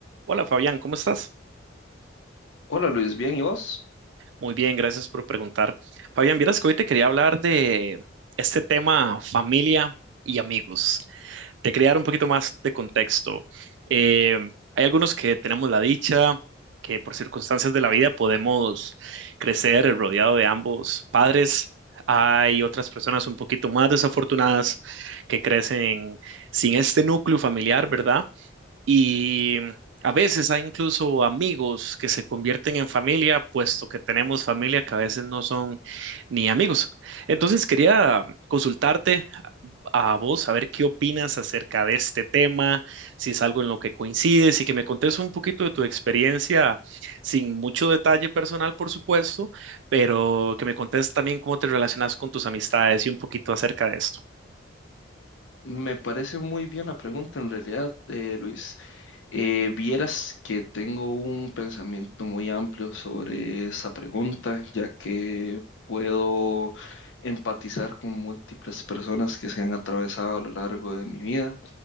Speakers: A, on the right; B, on the left.
A: Hola Fabián, ¿cómo estás?
B: Hola Luis, bien, ¿y vos?
A: Muy bien, gracias por preguntar. Fabián, vieras que hoy te quería hablar de este tema familia y amigos. Te quería dar un poquito más de contexto. Eh, hay algunos que tenemos la dicha que por circunstancias de la vida podemos crecer rodeado de ambos padres. Hay otras personas un poquito más desafortunadas que crecen sin este núcleo familiar, ¿verdad? Y mm, a veces hay incluso amigos que se convierten en familia, puesto que tenemos familia que a veces no son ni amigos. Entonces quería consultarte a vos, a ver qué opinas acerca de este tema, si es algo en lo que coincides y que me contes un poquito de tu experiencia, sin mucho detalle personal, por supuesto, pero que me contes también cómo te relacionas con tus amistades y un poquito acerca de esto.
B: Me parece muy bien la pregunta en realidad, eh, Luis. Eh, vieras que tengo un pensamiento muy amplio sobre esa pregunta, ya que puedo empatizar con múltiples personas que se han atravesado a lo largo de mi vida.